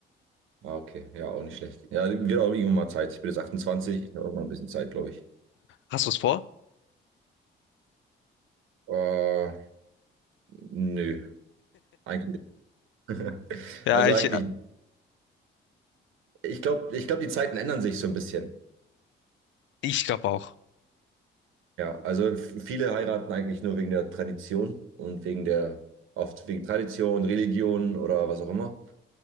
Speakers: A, on the right; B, on the left.
A: Ah, okay. Ja, auch nicht schlecht. Ja, wird auch irgendwann mal Zeit. Ich bin jetzt 28. Ich habe auch noch ein bisschen Zeit, glaube ich.
B: Hast du es vor?
A: Äh, nö. Eigentlich. <laughs>
B: Ja,
A: Also
B: ich,
A: eigentlich. Ich glaube, ich glaub, die Zeiten ändern sich so ein bisschen.
B: ich glaube auch.
A: Ja, also f- viele heiraten eigentlich nur wegen der Tradition und wegen der, oft wegen Tradition, Religion oder was auch immer.